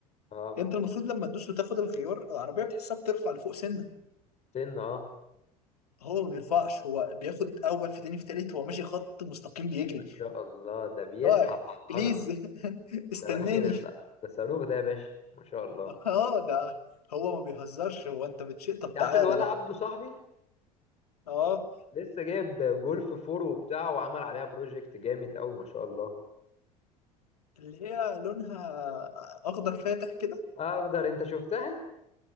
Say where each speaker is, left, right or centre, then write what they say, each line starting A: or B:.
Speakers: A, on the left (about 35°); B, on the left (about 75°).
A: اه
B: انت المفروض لما تدوس وتاخد الخيار العربيه بتحسها بترفع لفوق سنه
A: سن اه
B: هو ما بيرفعش هو بياخد اول في تاني في تالت هو ماشي خط مستقيم بيجري
A: ما شاء الله ده بيزحف
B: اللي هو
A: على الارض
B: بليز <laughs> استناني
A: ده بقى اخد ال... ده صاروخ ده يا باشا ما شاء الله
B: اه ده هو ما بيهزرش هو انت بتشيء طب
A: انت عارف
B: تعالى
A: الولا
B: بقى
A: عبده صاحبي
B: اه
A: لسه جايب جولف فور وبتاع وعمل عليها بروجكت جامد قوي ما شاء الله
B: اللي هي لونها اخضر فاتح كده
A: اخضر انت شفتها